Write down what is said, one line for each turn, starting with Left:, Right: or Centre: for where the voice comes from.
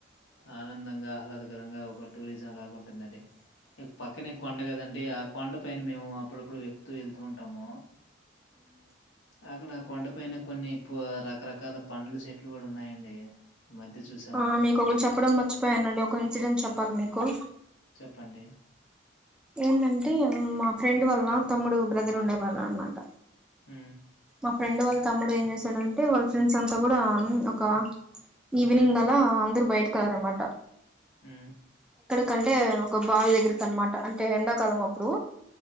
Left: ఆనందంగా, ఆహ్లాదకరంగా ఒక టూరిజం లాగా ఉంటుందండి. పక్కనే కొండ కదండి, ఆ కొండ పైన మేము అప్పుడప్పుడు వెక్కుతూ వెళ్తూ ఉంటాము. అక్కడ ఆ కొండ పైన కొన్ని ప రకరకాల పండ్ల చెట్లు కూడా ఉన్నాయండి మధ్య చూసాము.
Centre: ఆ మీకు ఒకటి చెప్పడం మర్చిపోయానండి. ఒక ఇన్సిడెంట్ చెప్పాలి మీకు.
Left: చెప్పండి.
Centre: ఏంటంటే మా ఫ్రెండ్ వల్ల తమ్ముడు బ్రదర్ ఉండే వాళ్ళు అనమాట.
Left: హ్
Centre: ఆ ఫ్రెండ్ వాళ్ళ తమ్ముడు ఏం చేశాడంటే వాళ్ళ ఫ్రెండ్స్ అంతా కూడా అం ఒక ఈవినింగ్ గలా అందరు బయటకు వెళ్ళరన్నమా
Left: హ్
Centre: కంటే ఒక బావి దగ్గరకి అనమాట అంటే ఎండాకాలం అప్పుడు